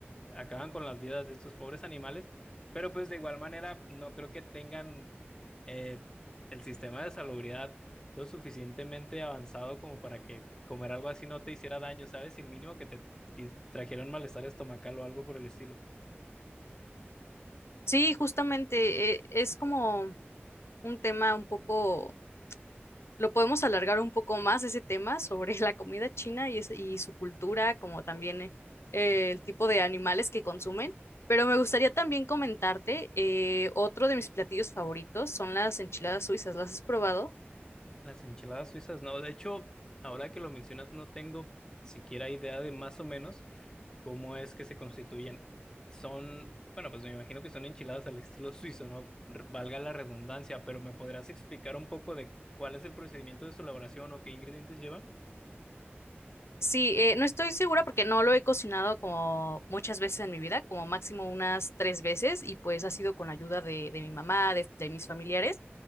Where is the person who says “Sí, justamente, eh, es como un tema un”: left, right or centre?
Left